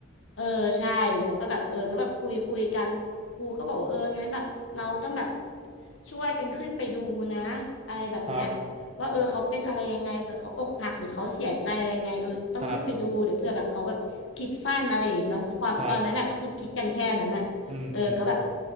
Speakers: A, on the left; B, on the right.
A: เออใช่แล้วก็แบบเออก็แบบคุยคุยกันครูก็บอกว่าเอองั้นแบบเราต้องแบบช่วยกันขึ้นไปดูนะอะไรแบบเนี้ย
B: ครับ
A: ว่าเออเขาเป็นอะไรยังไงเผื่อเขาอกหักหรือเขาเสียใจอะไรไงเออต้องขึ้นไปดูเดี๋ยวเผื่อแบบเขาแบบคิดสั้นอะไรอย่างเงี้ยความตอนนั้นน่ะก็คือคิดกันแค่นั้นน่ะเออก็แบบ
B: ครับครับอืมอืม